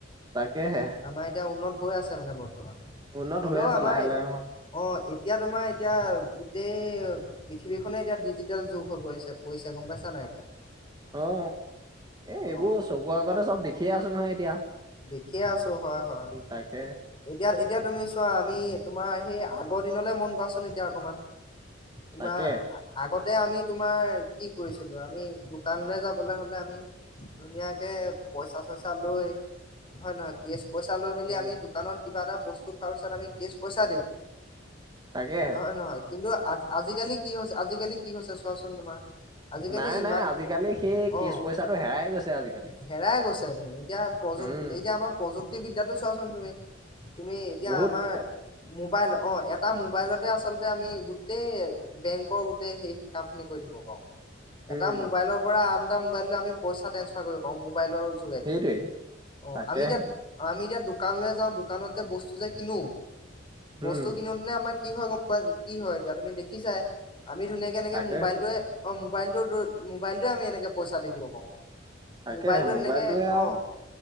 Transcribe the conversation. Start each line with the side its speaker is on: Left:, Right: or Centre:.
Right: তাকেহে!
Left: আমাৰ এতিয়া উন্নত হৈ আছে মানে বৰ্তমান।
Right: উন্নত
Left: হ'লও
Right: হৈ আছে
Left: আমাৰ
Right: লাহে
Left: এই
Right: লাহে অ
Left: অ' এতিয়া তোমাৰ এতিয়া গোটেই পৃথিৱীখনে এতিয়া ডিজিটেল যুগ হৈ পৰিছে পৰিছে। গম পাইছা নাই এতিয়া?
Right: অ' এ এইবোৰ
Left: অ',
Right: চকুৰ আগতে চব দেখিয়ে আছোঁ নহয় এতিয়া।
Left: দেখিয়ে আছোঁ হয়, হয়।
Right: উম তাকে
Left: এতিয়া এতিয়া তুমি চোৱা, আমি তোমাৰ সেই আগৰ দিনলে মন কৰাচোন এতিয়া অকমান। তোমাৰ
Right: তাকে
Left: আগতে আমি তোমাৰ কি কৰিছিলো? আমি দোকানলে যাবলে হ'লে আমি ধুনীয়াকে পইচা-চইচা লৈ, হয় নহয়? কেচ পইচা লৈ মেলি
Right: উম
Left: আমি দোকা দোকানত কিবা এটা বস্তু খোৱাৰ পিছত আমি কেচ পইচা দিওঁ।
Right: তাকেহে
Left: হয় নহয়? কিন্তু আজ-আজিকালি কি হৈছে আজিকালি কি হৈছে চোৱাচোন তোমাৰ। আজিকালি
Right: নাই
Left: ইমান
Right: নাই আজিকালি সেই কিচ
Left: অ'
Right: পইচাটো হেৰাই গৈছে আজিকালি
Left: হেৰাই গৈছে তুমি এতিয়া এতিয়া
Right: উম
Left: আমাৰ প্ৰযুক্তিবিদ্যাটো চোৱাচোন তুমি। তুমি এতিয়া
Right: বহুত
Left: আমাৰ
Right: বেয়া।
Left: মোবাইল, অ' এটা মোবাইলতে আচলতে আমি গোটেই বেংকৰ গোটেই সেই কামখিনি কৰি থাকিব পাৰো। এটা
Right: উম
Left: মোবাইলৰ পৰা আন এটা মোবাইললৈ আমি পইচা ট্ৰেন্সফাৰ কৰিব পাৰোঁ, মোবাইলৰ যোগে।
Right: <unintelligible>
Left: অঁ
Right: তাকেহে
Left: আমি এতিয়া, আমি এতিয়া দোকানলে যাওঁ দোকানত যে বস্তু যে কিনো। বস্তু
Right: উম
Left: কিনোতেনে আমাৰ কি হয় গম পাইছা না, কি হয় এতিয়া তুমি দেখিছাই আমি ধুনীয়াক কে এনেকে
Right: তাকে
Left: মোবাইলটোৱে <unintelligible> আমি এনেকে পইচা দি দিব পাৰোঁ।
Right: তাকে
Left: মোবাইলটোত
Right: মোবাইলটোৱে
Left: এনেকে
Right: আৰু
Left: অ'।